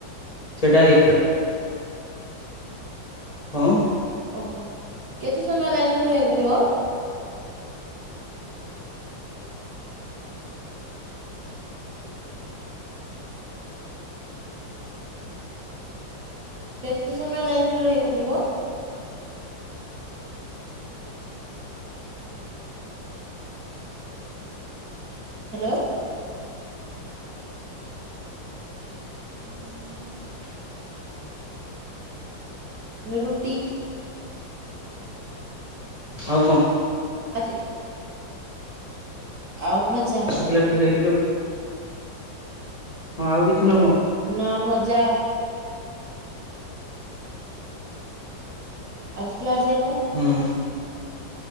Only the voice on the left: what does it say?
ସେଇଟା ଏଇଥର କଁ?
ଉଁ।
ଆଉ କଣ?
ମୁଁ କହିଲି ଆ ରୁଟି ଖାଇଥିଲୁ? ହଁ ଆଉ କିଛି ନୁହଁ?
ହୁଁ।